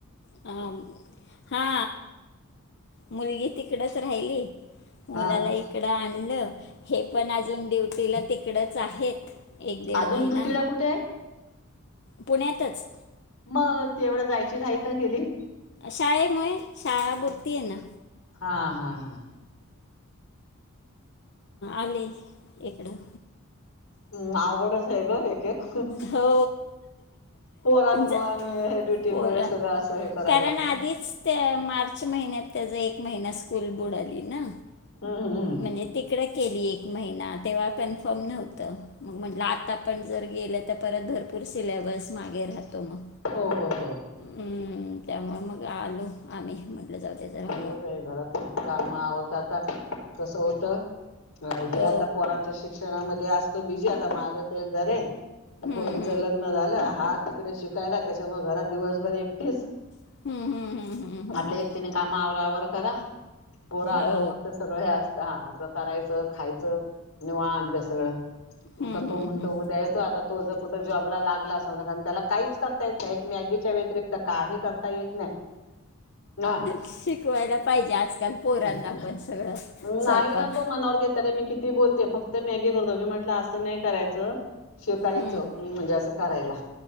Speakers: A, on the left (about 55°); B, on the left (about 90°).
A: अ हा मुलगी तिकडच राहिली मुलाला
B: हा
A: इकडं आणलं हे पण अजून ड्युटीला तिकडंच आहेत एक दीड
B: अजून
A: महिना
B: ड्युटीला कुठे आहे?
A: पुण्यातच
B: मग ते तेवढं जायची घाई का केली
A: शाळेमुळेै शाळा भरती येना
B: हा हा हा
A: आले इकडं
B: हम् आव गोडं साहेब एक एक
A: हो
B: कोरन मळ
A: ज
B: आणि हे द
A: पोरण
B: मुळे सगळं असं हे करायला
A: कारण
B: लागत
A: आधीच त्या मार्च महिन्यात त्याचा एक महिना स्कूल बुड आली ना
B: हम्मम
A: म्हणजे तिकडं केली एक महिना तेव्हा कन्फर्म नव्हतं मग म्हटलं आता पण जर गेलं तर परत भरपूर सिलेबस मागे राहतो मग
B: हो हो हो
A: हम् त्यामुळे मग आलू आम्ही म्हण ह
B: घरातच काम आवडत आता कस होत हे
A: हो
B: आता पोरांच्या शिक्षणामध्ये असतो बिजी आता माझं ते जरे
A: हम्म
B: बोरगीचं लग्न झालं हा तिकडे शिकायला त्याच्यामु घरात दिवसभर एकटीस
A: हम्म हम्म हम्म हम्म हम्म हम्म
B: आपले एक तिने काम आववर खरा पोरा आल्यावर
A: हो
B: फक्त सगळ हे अस हा आपलं करायचं खायचं आणि वा आणत सगळं
A: हम्म
B: आता तो
A: हम्म
B: म्हणतो
A: हम्म.
B: उद्या येतो आता तो जर कुठं जॉबला लागला असा होता कारण त्याला काहीच का य एक मॅगीच्या व्यतिरिक्त काही करता येत नाही ह
A: शिकवायला पाहिजे आजकाल पोरांना
B: म्
A: पण सगळं स्वयंपाक
B: नाहीय ना तो मनवर्गेते मी कि ती बोलते फक्त मॅगी करतो मी म्हटलं असं नाही करायचं शिकायचं
A: हम्म
B: म्हणजे अस करायला